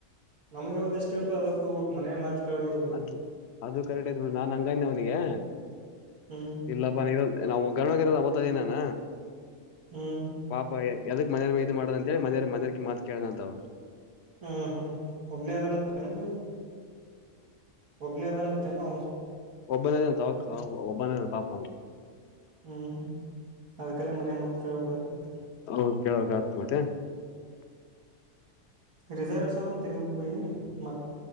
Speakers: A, on the right; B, on the left.
A: ನಮ್ಗ ಯಾವ್ದು ಇಷ್ಟ ಇರ್ತ ಅದಕ್ ಹೋಗ್ಬೇಕ್ ಮನೇನ್ ಮಾತ್ ಕೇಳ್ಬಾಡರೀ
B: ಅದ್ ಅದು ಕರೆಕ್ಟ್ ಐತ್ ಬಿಡ್ ನಾನ್ ಹಂಗದ ಅವ್ನಿಗೆ
A: ಹ್ಮ್
B: ಇಲ್ಲಪ್ಪ ನೀ ನಾವು ಒಗ್ಗರಣಗರೋದ ಆಬತದ ನಾನ
A: ಹ್ಮ್
B: ಪಾಪ ಎದಕ ಮನೆಯವರ ಇದು ಮಾಡದ ಅಂತ ಹೇಳಿ ಮನೆಯವರ ಮನೆಯವರ ಮಾತ ಕೇಳ್ದ ಅಂತಳ
A: ಹ್ಮ್ ಹ್ಮ್ ಒಬ್ನೇ ಅದನತ್ತೇನ ಬೈ ಒಬ್ನೇ ಅದಾನಂತೆ ಏನ್ ಅವ
B: ಒಬ್ಬ ನೇರ ತೋಕ ಒಬ್ಬ ನೇರ ಪಾಪಾನು
A: ಹ್ಮ್ ಹ್ಮ್ ಅದಕ್ಕಲ್ಲೇ ಮನೆ ಮಾತ್ಕಳ್ಬೇಕದೆ
B: ಹೌದು <unintelligible>
A: ರಿಸರ್ವೇಶನ್ ಒನ್ ತೆಗಿಬೇಕು ಬೈ ಮತ್ತೆ